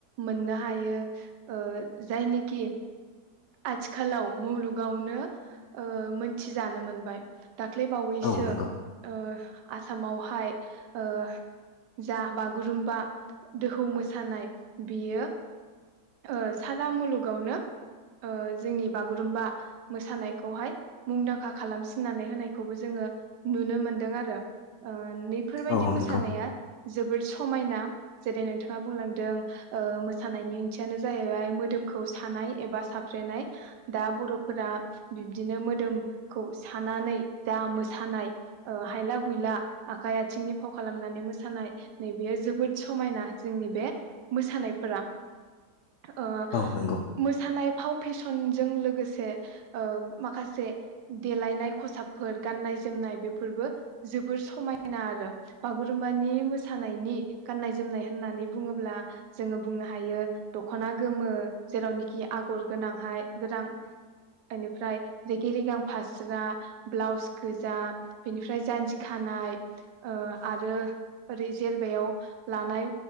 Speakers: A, on the right; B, on the left.
A: मोननो हायो ओ जायनिखि आथिखालाव मुलुगावनो ओ मोनथिजानो मोनबाय दाख्लैबावैसो
B: औ नंगौ
A: ओ आसामावहाय ओ जा बागुरुम्बा दोहौ मोसानाय बियो ओ सारा मुलुगावनो ओ जोंनि बागुरुम्बा मोसानायखौहाय मुंदांखा खालामसिननानै होनायखौबो जोङो नुनो मोनदों आरो ओ नैफोरबायाददि
B: औ
A: मोसानाया
B: नंगौ
A: जोबोद समायना जेरै नोंथाङा बुंलांदों ओ मोसानायनि ओंथियानो जाहैबाय मोदोमखौ सानाय एबा साफ्रेनाय दा बर'फोरा बिब्दिनो मोदोमखौ सानानै जा मोसानाय ओ हायला हुइला आखाइ आथिंनि फाव खालामनानै मोसानाय नैबेयो जोबोद समायना जोंनि बे मोसानायफोरा ओ
B: औ नंगौ
A: मोसानाय फाव फेसन नं जों लोगोसे ओ माखासे देलायनाय खसाबफोर गाननाय जोमनाय बेफोर बेफोरबो जोबोर समायना आरो बागुरुम्बानि मोसानायनि गाननाय जोमनाय होननानै बुङोब्ला जोङो बुंनो हायो दखना गोमो जेरावनोखि आगर गोनांहाय गोनां बेनिफ्राय रेगे रेगां फास्रा ब्लाउस गोजा बेनिफ्राय जान्जि खानाय ओ आरो ओरै जेरबायाव लानाय